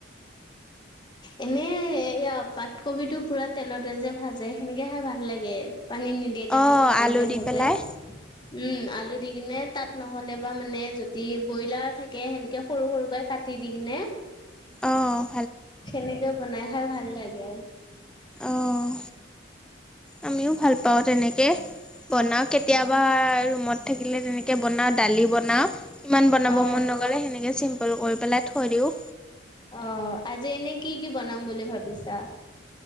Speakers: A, on the left; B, in the centre.
A: এনে, এয়া পাতকবি টো পুৰা তেলতে যে ভাজে সেনেকে খাই ভাল লাগে। পানী নিদিয়াকে
B: অঁ
A: যে শুকানকে
B: আলু
A: ভাজে
B: দি পেলাই,
A: উম। আলু দি কিনে তাত নহ'লে বা মানে যদি ব্ৰইলাৰ থাকে সেনেকে সৰু- সৰুকৈ কাটি দি কিনে
B: অহ
A: সেনেকে বনাই। খাই ভাল লাগে আৰু
B: অহ আমিও ভাল পাও তেনেকে। বনাও কেতিয়াবা
A: অ
B: ৰুমত। থাকিলে তেনে কে বনাও দালি বনাও ইমান বনাব
A: অ
B: মন নকৰে সেনেকে চিম্পল কৰি পেলাই থৈ দিওঁ।
A: অ আজি এনে কি- কি বনাম বুলি ভাবিছা?